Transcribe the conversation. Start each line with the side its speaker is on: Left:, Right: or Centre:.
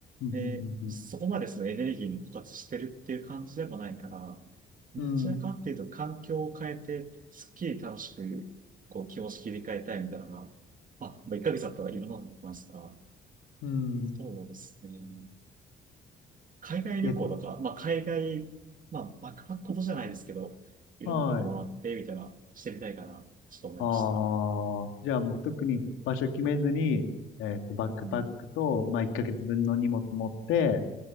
Left: うん、
Right: で、そこまでそのエネルギーに枯渇してるっていう感じでもないから、どちらかっていうと環境を変えて、
Left: うん、うん、うん
Right: すっきり楽しく、こう気持ち切り替えたいみたいなのが、まあ、まあ、1ヶ月だったらいろんなのできますから、
Left: うん
Right: そうですね。海外旅行だとらまあ海外、
Left: えっと、
Right: まあバックパックことじゃないですけど、いろんなこともらって、
Left: はい。
Right: みたいな、してみたいかな、ちょっと思いました。
Left: ああ、じゃあもう特に場所決めずに、えっと、バックパックと、
Right: うん。
Left: まあ、1ヶ月分の荷物持って、